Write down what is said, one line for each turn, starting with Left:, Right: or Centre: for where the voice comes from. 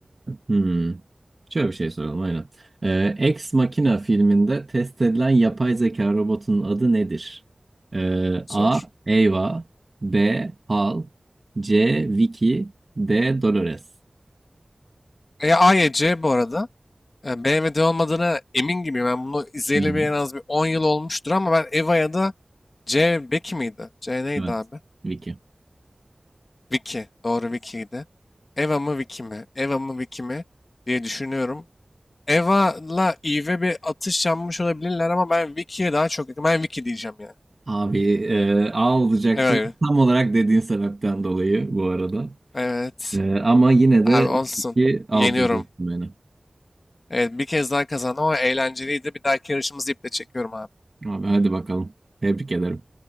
Right: hmm, şöyle bir şey soralım aynen. Ee, Ex Machina filminde test edilen yapay zeka robotunun adı nedir? Ee,
Left: Zor.
Right: A. Ava B. Hal C. Vicky D. Dolores.
Left: E, A ya C bu arada. Yani BMW'de olmadığına emin gibiyim. Ben bunu izleyeli
Right: Hı hı,
Left: bir en az bir 10 yıl olmuştur ama ben Eva ya da C Becky miydi? C neydi
Right: Evet.
Left: abi?
Right: Vicky.
Left: Vicky. Doğru Vicky'ydi. Eva mı Vicky mi? Eva mı Vicky mi? diye düşünüyorum. Eva'la Eve bir atış yanmış olabilirler ama ben Vicky'ye daha çok yakın. Ben Vicky diyeceğim ya.
Right: Abi e, A olacaktı.
Left: Evet.
Right: Tam olarak dediğin sebepten dolayı bu arada.
Left: Evet.
Right: E, ama yine
Left: Abi
Right: de
Left: olsun.
Right: 2 alt
Left: Yeniyorum.
Right: ediyorsun beni.
Left: Evet bir kez daha kazandım ama eğlenceliydi. Bir dahaki yarışımızı iple çekiyorum abi.
Right: Abi hadi bakalım. Tebrik ederim.